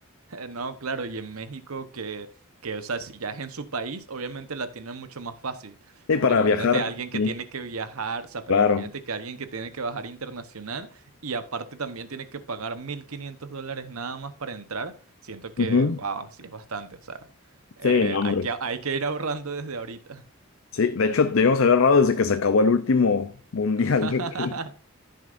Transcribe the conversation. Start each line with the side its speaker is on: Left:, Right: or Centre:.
Right: No, claro, y en México que, que, o sea, si ya es en su país, obviamente la tienen mucho más fácil,
Left: Sí, para
Right: pero imagínate
Left: viajar,
Right: a alguien que
Left: sí,
Right: tiene que viajar, o sea, pero
Left: claro.
Right: imagínate que alguien que tiene que bajar internacional y aparte también tiene que pagar 1.500 dólares nada más para entrar, siento que,
Left: Ujú.
Right: wow, sí es bastante, o sea, eh,
Left: Sí, no, hombre.
Right: hay que, hay que ir ahorrando desde ahorita.
Left: Sí, de hecho, debíamos haber errado desde que se acabó el último mundial.
Right: <laughs>
Left: yo creo.